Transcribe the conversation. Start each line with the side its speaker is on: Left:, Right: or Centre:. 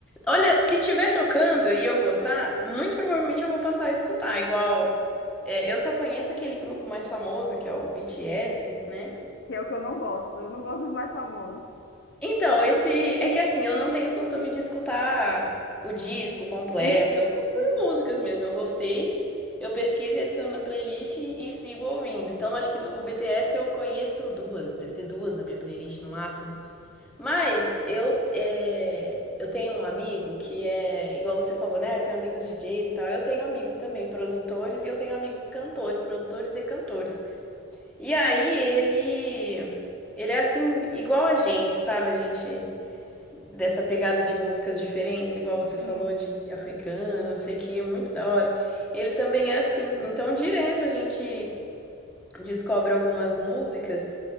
Centre: Olha, se tiver tocando e eu gostar, muito provavelmente eu vou passar a escutar. Igual, é, eu só conheço aquele grupo mais famoso, que é o BTS, né?
Left: Que é o que eu não gosto, eu não gosto dos mais famosos.
Centre: Então, esse. É que assim, eu não tenho costume de escutar o disco completo.
Left: Hum,
Centre: Eu vou por músicas mesmo. Eu gostei, eu pesquiso e adiciono na playlist e, e sigo ouvindo. Então, acho que do BTS eu conheço duas. Deve ter duas na minha playlist no máximo. Mas eu, é, eu tenho um amigo que é, igual você falou, né? Tem amigos DJs e tal. Eu tenho amigos também produtores e eu tenho amigos cantores, produtores e cantores. E aí ele, ele é assim, igual a gente, sabe? A gente, dessa pegada de músicas diferentes, igual você falou
Left: hum,
Centre: de africana, não sei o quê, muito da hora. Ele também é assim. Então, direto a gente descobre algumas músicas